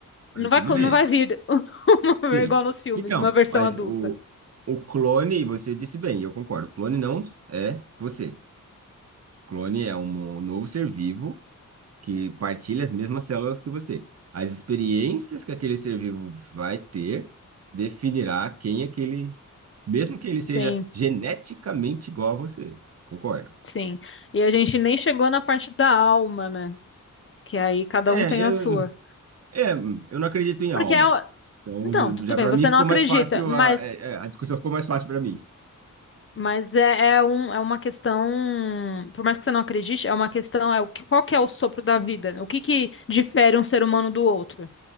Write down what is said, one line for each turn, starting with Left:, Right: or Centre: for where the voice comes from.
Right: Parece
Left: Ele Não vai, clo-
Right: bebê.
Left: não vai vir <laughs>
Right: Sim.
Left: uma- igual nos filmes,
Right: Então,
Left: uma versão
Right: mas
Left: adulta.
Right: o, o clone, você disse bem, eu concordo. O clone não é você. O clone é um novo ser vivo que partilha as mesmas células que você. As experiências que aquele ser vivo vai ter definirá quem aquele mesmo que ele seja
Left: Sim,
Right: geneticamente igual a você. Concordo.
Left: sim. E a gente nem chegou na parte da alma, né? Que aí cada
Right: É,
Left: um tem
Right: eu,
Left: a sua.
Right: é, eu não acredito em
Left: Porque
Right: alma.
Left: é, o-
Right: Então,
Left: então, tudo
Right: já
Left: bem,
Right: para
Left: você
Right: mim ficou
Left: não acredita,
Right: mais fácil,
Left: mas
Right: a, é, é, a discussão ficou mais fácil para mim.
Left: Mas é, é, um, é uma questão, por mais que você não acredite, é uma questão, é o que, qual que é o sopro da vida? O que que difere um ser humano do outro?